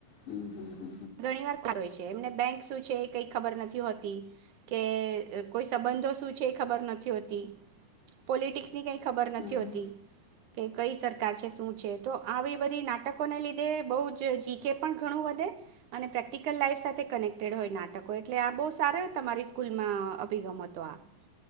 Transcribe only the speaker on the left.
હમ હમ હમ
હમ